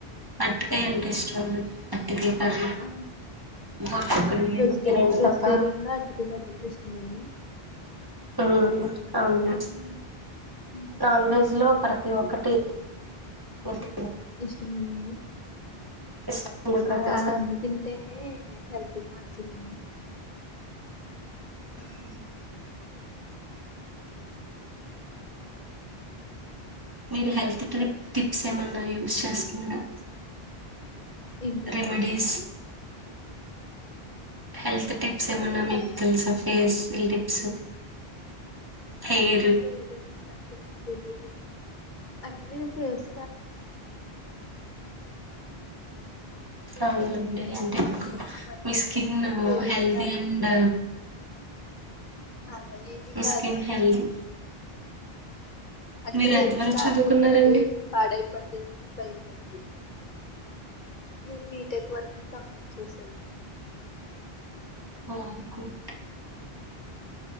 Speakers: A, on the right; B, on the left.
A: అరటి కాయ అంటే ఇష్టం టి కాయ కర్రి
B: ఆ,
A: గోరు చిక్కుడు కాయలు
B: వెజిటేబుల్
A: ఈ రెండు
B: వెజిటేరియన్లో
A: తప్ప
B: అరటికాయ కర్రీ అంటే ఇష్టమండి
A: ఉమ్ అవును
B: ఉమ్, ఉమ్.
A: నాన్ వెజ్ లో ప్రతి ఒక్కటి ఓకే
B: ఇష్టమయినది
A: ఇష్టం ఇష్టండి ప్రతి
B: అలా
A: ఒక్కటి
B: అలా అన్ని తింటేనే హెల్త్ కి మంచిదండి
A: ఉమ్ మీరు హెల్త్ ట్రి టిప్స్ ఏమన్నా యూస్ చేస్తున్నారా
B: ఏంటండి
A: రేమిడీస్ హెల్త్ టిప్స్ ఏమన్నా మీకు
B: అద్
A: తెలుసా ఫేసులు టిప్స్ హెయిర్
B: ఆ లేదండి నాకు తెలీదు అన్ని నేను పేస్
A: అవునండి అంటె
B: అవన్నీ
A: మీ స్కిన్
B: ఏదైనా
A: హెల్దీ
B: రా
A: అండ్
B: అలా ఏమి
A: మీ
B: కాదండి
A: స్కిన్ హెల్దీ
B: అంటే
A: మీరు ఎంత
B: ఏదైనా
A: వరకు
B: రాస్తే
A: చదువుకున్నారండి
B: మళ్ళీ పడైపొద్దేమో అని భయం అండి నేను బీటెక్ వరకు కంప్లీట్ చేసాను
A: ఓ గుడ్.